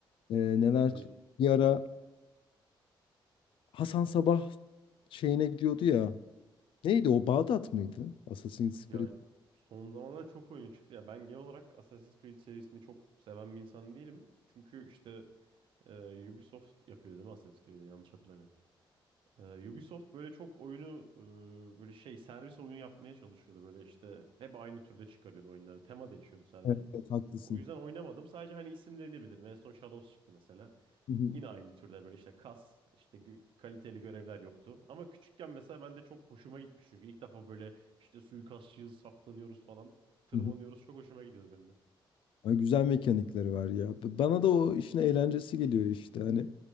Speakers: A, on the left; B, on the right.
A: Ee, neler
B: Abi
A: çıktı? Bir ara Hasan Sabah şeyine gidiyordu ya. Neydi o? Bağdat mıydı? Assassin's
B: Ya
A: Creed.
B: son zamanlarda çok oyunu çıktı. Ya ben genel olarak Assassin's Creed serisini çok seven bir insan değilim. Çünkü işte e, Ubisoft yapıyor değil mi Assassin's Creed'i yanlış hatırlamıyorum. E, Ubisoft böyle çok oyunu e, böyle şey servis oyunu yapmaya çalışıyordu. Böyle işte hep aynı türde çıkarıyordu oyunları. Tema değişiyordu sadece.
A: Evet, evet, haklısın.
B: O yüzden oynamadım. Sadece hani isimlerini bilirim. En son Shadows çıktı mesela.
A: Hı hı,
B: Yine aynı türde böyle işte kas, işte gü- kaliteli görevler yoktu. Ama küçükken mesela ben de çok hoşuma gitmiş. Çünkü ilk defa böyle işte suikastçıyız, saklanıyoruz falan, tırmanıyoruz.
A: hı hı.
B: Çok hoşuma gidiyordu benim de.
A: Ay, güzel mekanikleri var ya. B- Bana da o işin eğlencesi geliyor işte. Hani